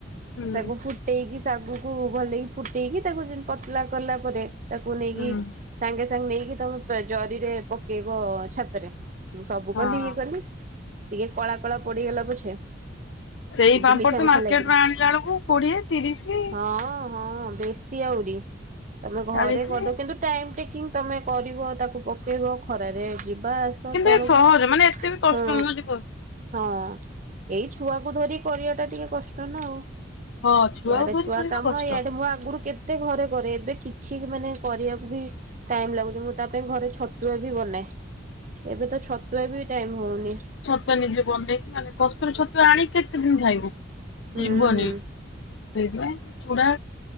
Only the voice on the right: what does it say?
ତାକୁ ଫୁଟେଇକି ଶାଗକୁ ଭଲକି ଫୁଟେଇକି ତାକୁ ପତଲା କଲା ପରେ ତାକୁ ନେଇକି
ସାଙ୍ଗେସାଙ୍ଗେ ନେଇକି ତମେ ଜରିରେ ପକେଇବ ଛାତରେ। ମୁଁ ସବୁ
କଲି ଇଏ କଲି ଟିକେ କଳା କଳା ପଡିଗଲା ପଛେ
କିନ୍ତୁ
ମିଠା
ମିଠା
ଲାଗିଲା।
ହଁ ହଁ ବେଶୀ ଆହୁରି ତମେ ଘରେ
କରିଦବ କିନ୍ତୁ ଟାଇମ୍ ଟେକିଂ ତମେ କରିବ ତାକୁ ପକେଇବ ଖରାରେ ଯିବା ଆ ତ
ତଳକୁ
ହଁ!
ହଁ ଏଇ ଛୁଆକୁ ଧରି କରିବା ଟା ଟିକେ କଷ୍ଟ ନା ଆଉ।
ଇଆଡେ
ଛୁଆ
କାମ
ଇଆଡେ ମୁଁ ଆଗରୁ କେତେ ତେ ଘରେ କରେ ଏବେ କିଛି ବି ମାନେ କରିବାକୁ ବି ଟାଇମ ଲାଗୁଚି ମୁଁ ତା ପାଇଁ ଘରେ ଛତୁଆ ବି ବନାଏ। ଏବେ ତ ଛତୁଆ ବି ଟାଇମ ହଉନି।
ହୁଁ